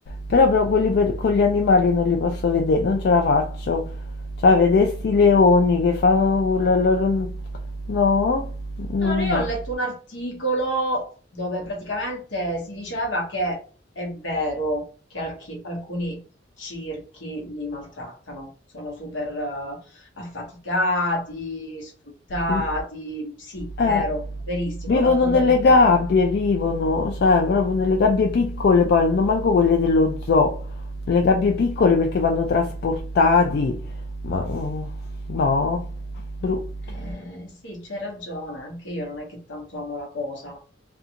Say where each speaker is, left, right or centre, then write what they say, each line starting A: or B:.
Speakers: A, on the left; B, on the left.
A: però, però quelli per- con gli animali non li posso vedere, non ce la faccio. Cioè, vedere sti leoni che fanno quello, loro- no, no,
B: Allora, io
A: no.
B: ho letto un articolo dove praticamente si diceva che è vero che alchi- alcuni circhi li maltrattano, sono super eh, affaticati, sfruttati.
A: Mm.
B: Sì,
A: Eh,
B: vero, verissimo,
A: vivono
B: d'accordo
A: nelle
B: con te.
A: gabbie, vivono, sai, proprio nelle gabbie piccole poi, non manco quelle dello zoo, nelle gabbie piccole perché vanno trasportati, ma mm, no, brutto,
B: Eh, sì, c'hai ragione, anche io non è che tanto amo la cosa.